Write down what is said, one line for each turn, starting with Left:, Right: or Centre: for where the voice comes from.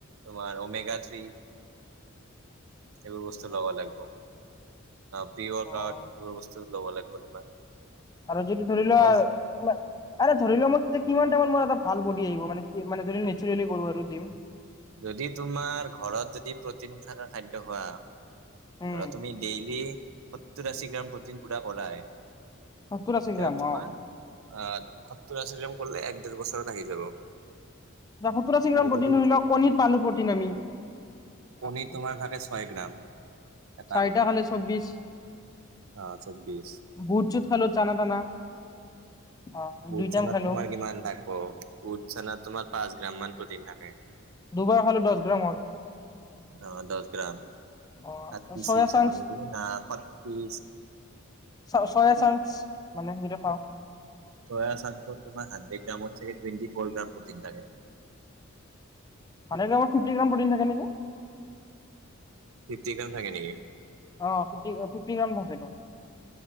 Right: তোমাৰ অমেগা থ্ৰী এইবোৰ বস্তু ল'ব লাগিব অ পি
Left: অ।
Right: কাৰ এইবোৰ বস্তু ল'ব লাগিব তোমাৰ
Left: আৰু যদি ধৰি লোৱা
Right: অল
Left: তোমাৰ আ ধৰি লওঁ মই কিমান টাইমত মোৰ এটা ভাল বডি আহিব মানে মানে নেচাৰেলি কৰোঁ আৰু জিম
Right: যদি তোমাৰ ঘৰত যদি প্ৰটিন থকা খাদ্য খোৱা
Left: উম
Right: ধৰা তুমি ডেইলি সত্তৰ আশী গ্ৰাম প্ৰ'টিন পূৰা কৰাই এতিয়া
Left: সত্তৰ আশী গ্ৰাম
Right: তোমাৰ
Left: অ
Right: আহ সত্তৰ আশী গ্ৰাম কৰিলে এক ডেৰ বছৰত আহি যাব
Left: সওৰ আশী গ্ৰাম
Right: আৰু
Left: প্ৰটিন
Right: যদি
Left: ধৰি লওক কণীত পালো প্ৰটিন আমি
Right: কণী
Left: অ'।
Right: তোমাৰ থাকে ছয় গ্ৰাম এটা
Left: চাৰিটা
Right: কণী
Left: খালে চৌব্বিশ
Right: অ চৌব্বিশ
Left: বুট চুত খালো চানা তানা অ
Right: বুত
Left: দুই
Right: চনাত
Left: টাইম খালো
Right: কিমান থাক অ বুট চানাত তোমাৰ পাঁচ গ্ৰাম মান প্ৰতিদিন থাকে
Left: দুবাৰ হলে দহ গ্ৰামৰ
Right: অ দহ গ্ৰাম
Left: অ
Right: থাৰটি
Left: চয়া
Right: ছিক্স
Left: চাংছ
Right: হ'ব নেকি না ফৰটি
Left: চ চয় চাং মানে সেইটো খাওঁ
Right: তোমাৰ হানড্ৰেড গ্ৰামৰি ফৰ গ্ৰাম প্ৰটিন থাকে
Left: মানে ফিপত্তি প্ৰটিন থাকে নেকি
Right: ফিপত্তি গ্ৰাম থাকে নেকি
Left: অ ফিপত্তি গ্ৰাম থাকে